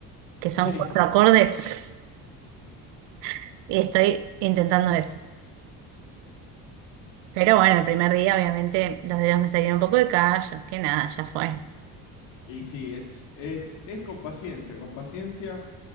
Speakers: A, on the right (about 80°); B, on the left (about 85°).
A: que son
B: Sí.
A: cuatro acordes, <laughs> y estoy
B: S-
A: intentando eso. Pero bueno, el primer día obviamente los dedos me salieron un poco de callo, que nada, ya fue.
B: Y sí, es, es, es con paciencia, con paciencia.